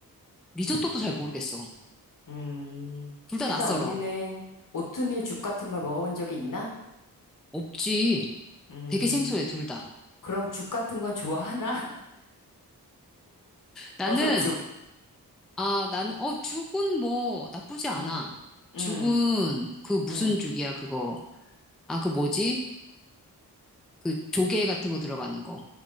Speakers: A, in the centre; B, on the left.
A: 리조또도 잘 모르겠어.
B: 음.
A: 둘 다
B: 일단
A: 낯설어.
B: 언니는 오트밀 죽 같은 걸 먹어본 적이 있나?
A: 없지.
B: 음,
A: 되게 생소해, 둘 다.
B: 그럼 죽 같은 건 좋아하나? <laughs>
A: 나는,
B: 버섯죽.
A: 아, 나는, 어, 죽은 뭐, 나쁘지 않아.
B: 응, 응,
A: 죽은, 그 무슨
B: 응.
A: 죽이야, 그거. 아, 그 뭐지? 그 조개 같은 거 들어가는 거.